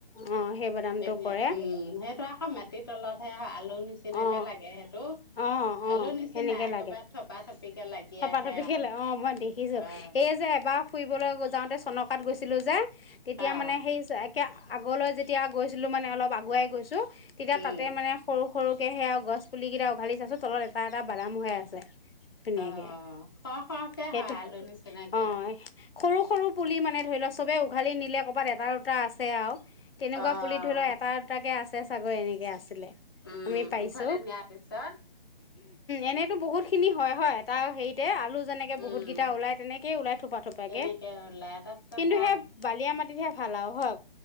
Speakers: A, on the left (about 70°); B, on the left (about 25°).
A: অ সেই বাদামটো
B: এনে
A: কৰে
B: উম, সেই মাটিৰ তলতহে আ আলু নিচিনাকে
A: অ
B: লাগে সেইটো
A: অ অ
B: আলু নিচিনা
A: সেনেকে
B: একেবাৰে
A: লাগে
B: থপা থপিকে লাগি
A: থপা
B: অ',
A: থপিকে
B: আৰু
A: লাগে অ মই দেখিছো
B: অ'।
A: এই যে এবাৰ ফুৰিবলৈ গ যাওঁতে ছনকাত গৈছিলো যে। তেতিয়া
B: অ অ
A: মানে সেই আগলৈ যেতিয়া গৈছিলোঁ মানে অলপ আগুৱাই গৈছোঁ। তেতিয়া
B: উম
A: তাতে মানে সৰু সৰুকে সেয়া গছ পুলি কেইটা উঘালি চাইছো তলত এটা এটা বাদাম হৈ আছে। ধুনীয়াকে
B: অ', সৰহ সৰহকে
A: সেইটো
B: হয় আলু নিচিনাকে।
A: অ', সৰু-সৰু পুলি মানে ধৰি লওঁক চবে উঘালি নিলে ক'ৰবাত এটা দুটা আছে আৰু। তেনেকুৱা
B: অ',
A: পুলিত ধৰি লওঁক এটা এটাকে আছ তে চ আগৈ এনেকৈ আছিলে।
B: উম,
A: আমি পাইছো
B: উঘলে
A: উ
B: নিয়াৰ পিছত
A: এনেতো বহুত খিনি হয় এটা হেৰিতে আলু যেনেকে
B: উম,
A: বহুতকেইটা ওলাই তেনেকে ওলাই থোপা থোপাকে
B: তেনেকে ওলাই তাৰপিছত
A: কিন্তু
B: সেয়া
A: সেই বালিয়া মাটিতহে ভালাও হওঁক।